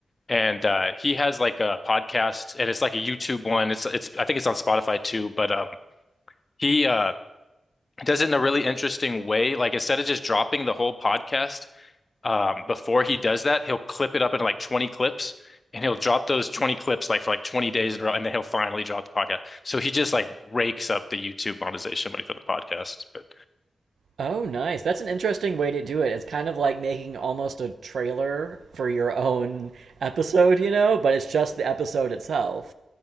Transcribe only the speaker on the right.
Oh, nice. That's an interesting way to do it. It's kind of like making almost a trailer for your own episode, you know, but it's just the episode itself.